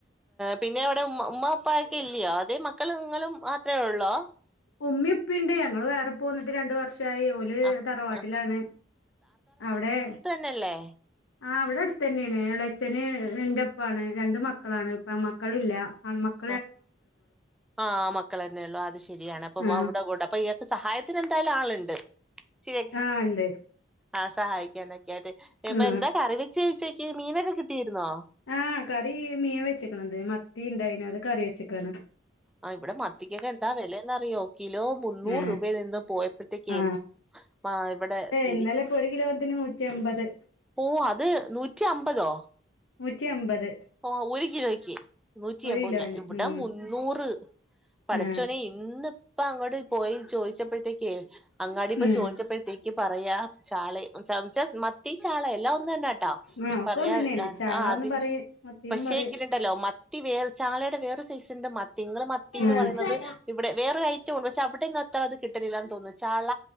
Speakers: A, in the centre; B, on the left.
A: പിന്നെ അവിടെ ഉമ്മ ഉമ്മ ഉപ്പ ഒക്കെ ഇല്ലെയോ അതേ മക്കളും നിങ്ങളും മാത്രേ ഒള്ളോ
B: ഉമ്മീം ഉപ്പീംണ്ട് ഞങ്ങള് വേറെ പോന്നിട്ട് രണ്ട് വർഷായി ഓല് ല്
A: ആഹ്
B: തറവാട്ടിലാണ്
A: ആഹ്
B: അവിടെ
A: ന്നല്ലേ
B: ആ് ഇവിടെ അടുത്തന്നെയാണ് എളച്ചന് ന്റെപ്പാണ് രണ്ട് മക്കളാണ് പെൺ മക്കളില്ല ആൺ മക്ക
A: ആ് ആഹ്‌ മക്കളന്നെ ഉള്ളൂ അത് ശരിയാണ് അപ്പം
B: ആ
A: അവര്ടെ കൂടെ അപ്പൊ സഹായത്തിന് എന്തായാലും ആള്ണ്ട് ശരി
B: ആ ഉണ്ട്
A: ആഹ് സഹായിക്കാനൊക്കെ ആയിട്ട് ഇപ്പൊ
B: ആ
A: എന്താ കറി വെ ച്ച് ഉച്ചക്ക് മീനൊക്കെ കിട്ടിയിരുന്നോ
B: ആഹ് കറി മീൻ വെച്ചക്കണത് മത്തി ഇണ്ടായിനു അത് കറി വെച്ക്കാണ്
A: ആ ഇവിടെ മത്തിക്കൊക്കെ എന്താ വെലയന്നറിയോ കിലോ മുന്നൂറ്
B: ആ
A: രൂപയിൽ നിന്ന് പോയ പ്പോത്തേക്കും
B: ആ
A: ആ ഇവിടെ പിടി
B: ഇന്നലെ ഇപ്പൊ ഒരു കിലോത്തിന് നൂറ്റി അമ്പത്
A: ഓഹ്‌ അത് നൂറ്റി അമ്പതോ
B: നൂറ്റി എമ്പത്
A: ഓഹ്‌ ഒരു കിലോയ്ക്ക് നൂറ്റി
B: ഒരു
A: എമ്പത്
B: കിലോന്
A: ഞാ ഇവിടെ
B: ഉം
A: മുന്നൂറ് പടച്ചോനെ
B: ആ
A: ഇന്ന് പ്പൊ അങ്ങട്ട് പോയി ചോയിച്ചപ്പഴത്തേക്ക് അങ്ങാടി പോയി
B: ആ
A: ചോയിച്ചപ്പഴത്തേക്ക് പറയാ ചാളേം ന്ന് വച്ച മത്തി ചാള എല്ലാം ഒന്ന് തന്നെയാട്ടാ
B: ആ ഒക്കെ
A: പറയാ
B: ഒന്ന് തന്നെയാണ് ചാളാന്നും
A: ആ അതിന്
B: പറയും മത്തിന്നും
A: പക്ഷെ
B: പറയും
A: എങ്കിലുണ്ടല്ലോ മത്തി വേർ ചാളയുടെ വേറെ സാ സൈസ് ണ്ട് മത്തി ഇങ്ങള് മത്തിന്ന്
B: ആ
A: പറയുന്നത് ഇവിടെ വേറൊരു ഐറ്റം ഉണ്ട് പക്ഷെ അവിടെന്നും അത്ര അത്‌ കിട്ടലില്ലാന്ന് തോന്നുന്നു ചാള